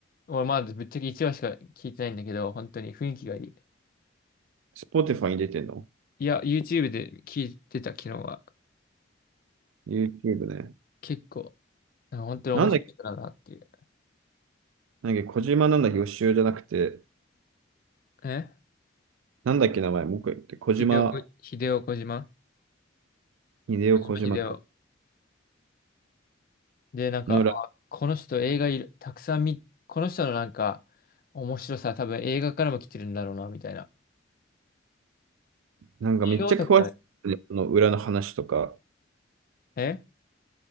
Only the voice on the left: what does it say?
俺まだぶっちゃけ1話しか聞いてないんだけど、本当に雰囲気がいい。
いや、YouTube で聞いてた昨日は。
結構、なんか本当に面白い人だなっていう。
え
秀夫こ、秀夫小島
小島秀夫。で、なんか、
あこの人映画いる、たくさん見、この人のなんか面白さは多分映画からも来てるんだろうな、みたいな。
違うだってあれ、
え